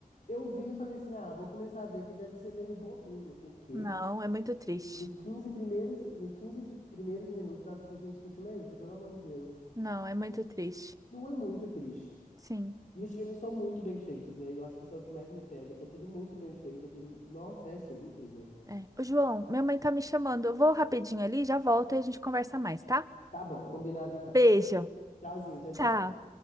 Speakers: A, on the left; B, on the right.
A: eu vi e falei assim: ah, vou começar a ver que deve ser meio bobinho. O quê?
B: Não, é muito triste.
A: Nos quinze primeiros, nos quinze primeiros minutos, eu tava assim: gente, que filme é esse? Pelo amor de Deus.
B: Não, é muito
A: E
B: triste.
A: não é muito triste.
B: Sim,
A: E os filmes são muito bem feitos, né? Eu acho que isso é o que mais me pega. É tudo muito bem feito, é tudo. Nossa, é assim, incrível.
B: é. Ô, João, minha mãe tá me chamando. Eu vou rapidinho ali, já volto e a gente conversa mais, tá?
A: Tá bom, combinado então.
B: Beijo.
A: Tchauzinho, tchau,
B: Tchau.
A: tchau.